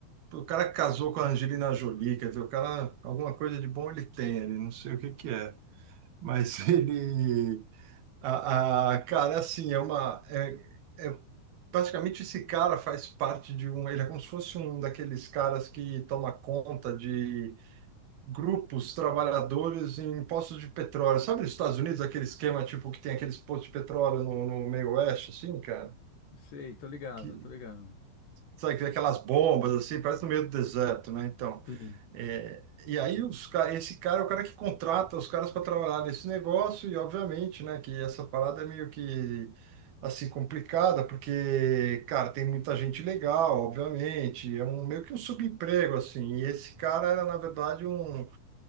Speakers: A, on the right; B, on the left.
A: O cara que casou com a Angelina Jolie, quer dizer, o cara, alguma coisa de bom ele tem, ele não sei o que que é. Mas <laughs> ele... A, a- cara, é assim, é uma. É, é- praticamente esse cara faz parte de um. Ele é como se fosse um daqueles caras que toma conta de grupos trabalhadores em postos de petróleo. Sabe nos Estados Unidos, aquele esquema tipo que tem aqueles postos de petróleo no, no meio oeste, assim, cara?
B: Sei, tô ligado,
A: que,
B: tô ligado.
A: sabe, aquelas bombas assim, parece no meio do deserto, né? Então,
B: Sim,
A: é, e aí os, ca- esse cara é o cara que contrata os caras para trabalhar nesse negócio e obviamente, né, que essa parada é meio que assim complicada, porque, cara, tem muita gente legal, obviamente, é um meio que um subemprego assim. E esse cara era na verdade um